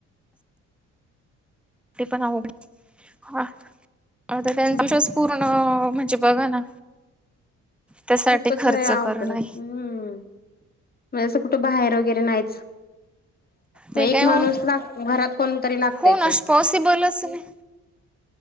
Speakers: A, in the centre; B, on the left.
A: ते पण आवघड, हा, आता त्यांची मागच्या
B: हम्म,
A: वेळेस पूर्ण म्हणजे बघा ना. त्यासाठी
B: खूपच
A: खर्च
B: होय अवघड
A: करणं
B: हाय हम्म, म्हणजे असं कुठं बाहेर वगैरे नाहीच. म
A: ते
B: एक
A: काय
B: माणूस
A: होऊन
B: ला घरात कोणतरी लागतायच
A: हो ना
B: ये.
A: पॉसिबलच नाही